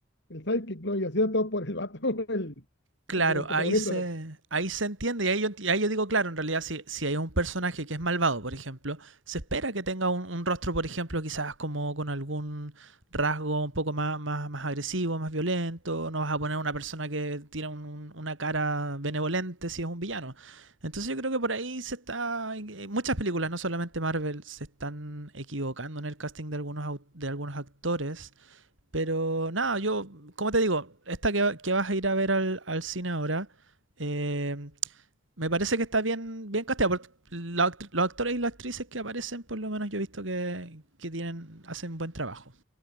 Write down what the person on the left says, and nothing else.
el sidekick, ¿no? Y hacía todo por el vato, <laughs> el,
el, el protagonista.